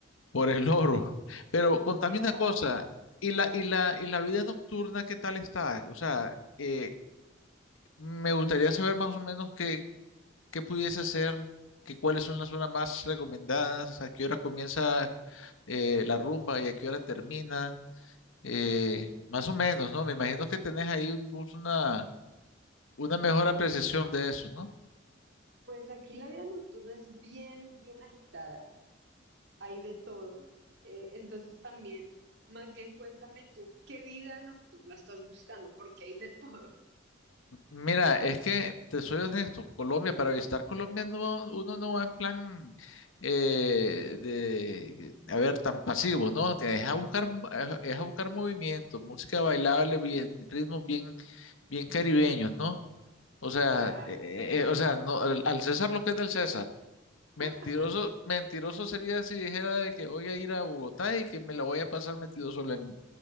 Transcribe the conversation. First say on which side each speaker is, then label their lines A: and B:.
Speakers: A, on the left; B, on the right.
A: por el oro. Pero contame
B: Claro.
A: una cosa, ¿y la, y la, y la vida nocturna qué tal está? O sea, eh, me gustaría saber más o menos qué, qué pudiese hacer, que, cuáles son las zonas más recomendadas, a qué hora comienza eh, la rumba y a qué hora termina. eh,
B: <laughs>
A: más o menos, ¿no? Me imagino que tenés ahí un- una, una mejor apreciación de eso, ¿no?
B: Pues aquí la vida nocturna es bien, bien agitada, hay de todo. Eh, entonces también, más bien cuéntame tú, ¿qué vida nocturna estás buscando? Porque hay de todo.
A: Mira, es que te soy honesto, Colombia, para visitar Colombia no, uno no va en plan eh, de, a ver, tan pasivo, ¿no? Te- Es a buscar, es es a buscar movimiento, música bailable, bien, ritmos bien, bien caribeños, ¿no? O sea,
B: Claro.
A: eh, eh, o sea, no, al al César lo que es del César. Mentiroso,
B: <laughs>
A: mentiroso sería si dijera de que voy a ir a Bogotá y que me la voy a pasar metido solo en,